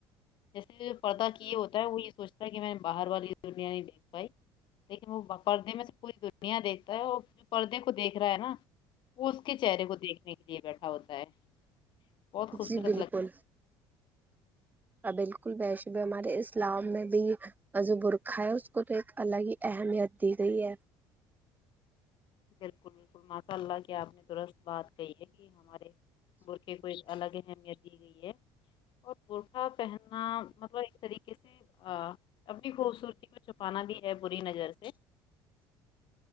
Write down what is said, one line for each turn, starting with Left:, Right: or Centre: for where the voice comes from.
Left: جیسے پردہ کیے ہوتا ہے وہ یہ سوچتا ہے کہ میں باہر والی دنیا نہیں دیکھ پائی لیکن وہ پردے میں سے پوری دنیا دیکھتا ہے وہ جو پردے کو دیکھ رہا ہے نا وہ اس کے چہرے کو دیکھنے کے لیے بیٹھا ہوتا ہے بہت خوبصورت
Right: جی بالکل
Left: لگتا ہے
Right: ہاں بالکل ویشے بھی ہمارے اسلام میں بھی جو برقہ ہے اس کو تو ایک الگ ہی اہمیت دی گئی ہے
Left: بالکل بالکل ماشاء اللہ کی آپ نے درست بات کہ ہے کہ ہمارے برقے کو ایک الگ ہی اہمیت دی گئی ہے اور بورکھا پہننا مطلب ایک طریقے سے آ اپنی خوبصورتی کو چھپانا بھی ہے بری نظر سے